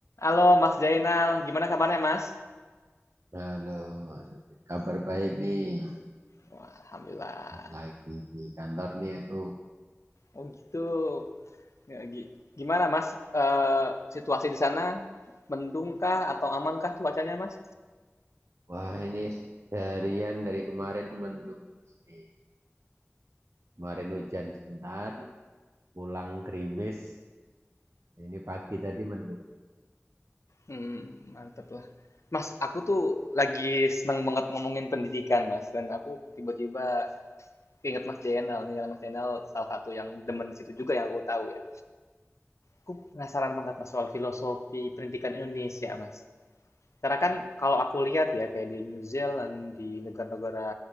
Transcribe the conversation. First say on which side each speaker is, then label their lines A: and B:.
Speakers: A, on the left; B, on the right.
A: Halo Mas Jainal, gimana kabarnya Mas?
B: Halo, Mas. kabar baik nih.
A: Wah, Alhamdulillah.
B: Lagi di kantor nih aku.
A: Oh gitu. Ya, gi- gimana Mas eh, situasi di sana? Mendung kah atau aman kah cuacanya Mas?
B: Wah, ini seharian dari kemarin mendung nih. Kemarin hujan sebentar, pulang gerimis. Ini pagi tadi mendung.
A: Hmm, mantep lah. Mas, aku tuh lagi seneng banget ngomongin pendidikan Mas. Dan aku tiba-tiba inget Mas Jainal. Nih karena Mas Jainal salah satu yang demen di situ juga yang aku tahu ya. Aku penasaran banget Mas soal filosofi pendidikan Indonesia Mas. Karena kan kalau aku lihat ya kayak di New Zealand, di negara-negara